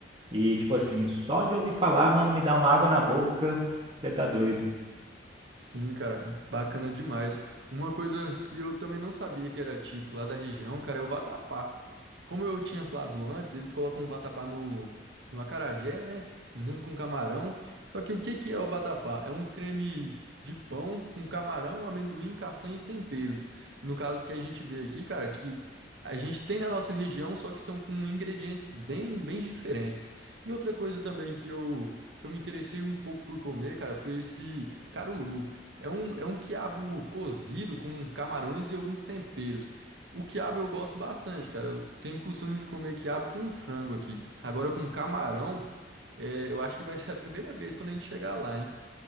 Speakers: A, on the right (about 30°); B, on the right (about 90°).
A: E, tipo assim, só de ouvir falar, mano, me dá uma água na boca. Você tá doido.
B: Sim, cara, bacana demais. Uma coisa que eu também não sabia que era típico lá da região, cara, é o vatapá. Como eu tinha falado antes, eles colocam o vatapá no, no acarajé, né? Junto com camarão. Só que o que que é o vatapá? É um creme de pão com camarão, amendoim, castanha e temperos. No caso que a gente vê aqui, cara, que a gente tem na nossa região, só que são com ingredientes bem, bem diferentes. E outra coisa também que eu, que eu me interessei um pouco por comer, cara, foi esse caruru. É um, é um quiabo cozido com camarões e alguns temperos. O quiabo eu gosto bastante, cara. Eu tenho costume de comer quiabo com frango aqui. Agora com camarão, é, eu acho que vai ser a primeira vez quando a gente chegar lá, hein?